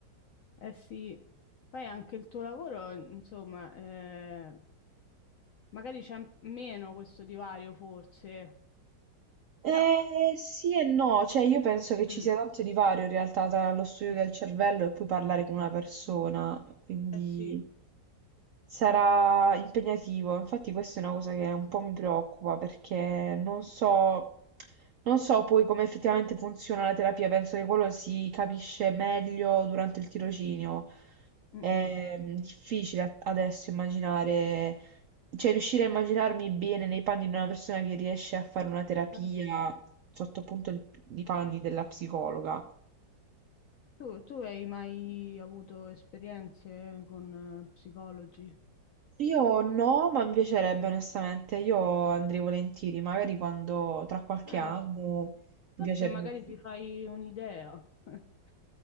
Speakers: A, on the left (about 70°); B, on the right (about 80°).
A: Eh sì, poi anche il tuo lavoro, insomma, eh, magari c'è meno questo divario forse,
B: Eh
A: però... eh,
B: sì e no, cioè io penso che ci
A: mm,
B: sia tanto divario in realtà tra lo studio
A: mm,
B: del cervello e poi parlare con una persona,
A: Mm.
B: quindi...
A: eh sì,
B: Sarà impegnativo, infatti questa è una cosa che un po' mi preoccupa perché non so, non so poi come effettivamente funziona la terapia, penso che quello si capisce meglio durante il tirocinio.
A: mm,
B: È
A: mm,
B: mm, difficile a- adesso immaginare, cioè riuscire a immaginarmi bene nei panni di una persona che riesce a fare una terapia
A: eh sì.
B: sotto appunto il- i panni della psicologa.
A: Tu, tu hai mai avuto esperienze con eh, psicologi?
B: Io no, ma mi piacerebbe onestamente, io andrei volentieri, magari quando tra qualche
A: Eh,
B: anno mi
A: forse
B: piacerebbe.
A: magari ti fai un'idea. <laughs>